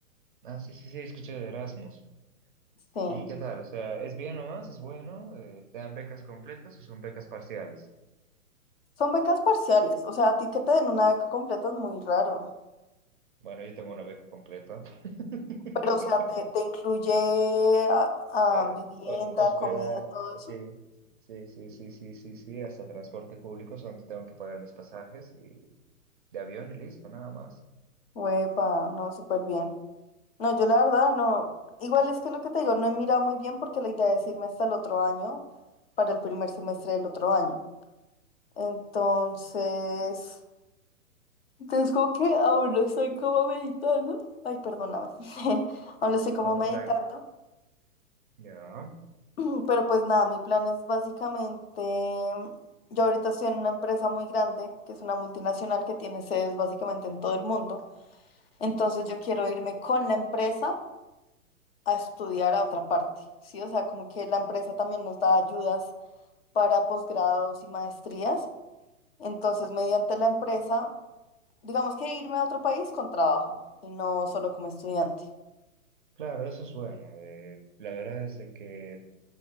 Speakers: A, on the right; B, on the left.
A: Ah, sí, sí, sí, escuché de Erasmus.
B: Sí.
A: ¿Y qué tal? O sea, ¿es bien nomás? ¿Es bueno? Eh, ¿te dan becas completas o son becas parciales?
B: Son becas parciales, o sea, a ti que te den una beca completa es muy raro.
A: Bueno, yo tengo una beca completa. <laughs>
B: Pero, o sea, te, te incluye a-
A: Eh,
B: a vivienda,
A: ho- hospeda,
B: comida, todo eso.
A: sí, sí, sí, sí, sí, sí, sí, hasta transporte público, solamente tengo que pagar mis pasajes y de avión y listo, nada más.
B: Huepa, no, súper bien. No, yo la verdad no. Igual es que lo que te digo, no he mirado muy bien porque la idea es irme hasta el otro año, para el primer semestre del otro año. Entonces. Entonces, como que aún no estoy como meditando. Ay, perdóname. <laughs> Aún no estoy como
A: No,
B: meditando.
A: tranqui. Ya.
B: <clears throat> Pero pues nada, mi plan es básicamente, yo ahorita estoy en una empresa muy grande, que es una multinacional que tiene sedes básicamente en todo el mundo. Entonces yo quiero irme con la empresa a estudiar a otra parte, ¿sí? O sea, como que la empresa también nos da ayudas para posgrados y maestrías. Entonces, mediante la empresa, digamos que irme a otro país con trabajo y no solo como estudiante.
A: Claro, eso es bueno. eh, la verdad es de que